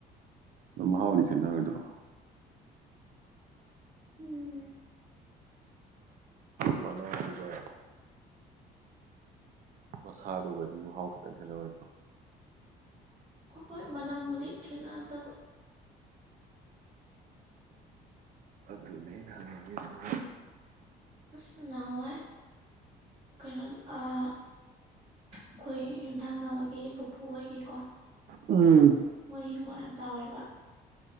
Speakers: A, on the right (about 55°); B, on the right (about 35°).
A: ꯃꯍꯥ ꯑꯣꯏꯂꯤ ꯀꯦꯟꯅ ꯑꯣꯏꯣꯏꯗ꯭ꯔꯣ
B: ꯎꯝ
A: ꯃꯅꯦ ꯍꯥꯏ ꯀ ꯃꯁꯥꯗꯨꯒꯗꯤ ꯃꯍꯥꯎ ꯈꯤꯇꯪ ꯈꯦꯠꯅꯔꯣꯏꯗ꯭ꯔꯣ
B: ꯍꯣꯏ ꯅꯥꯝꯒꯗꯤ ꯀꯅꯗ
A: ꯑꯗꯨꯅꯦ ꯑꯩꯅ ꯍꯪꯅꯤꯡꯉꯤꯁꯤꯅ
B: ꯁ ꯋꯥꯥꯏ ꯀꯩꯅꯣ ꯑꯩꯈꯣꯏ ꯌꯨꯝꯊꯪꯅꯕꯒꯤ ꯄꯨꯄꯨ ꯍꯣꯏꯒꯤꯀꯣ
A: ꯎꯝ
B: ꯃꯣꯏ ꯍꯤꯡꯒꯣꯜ ꯌꯥꯝ ꯆꯥꯎꯋꯦꯕ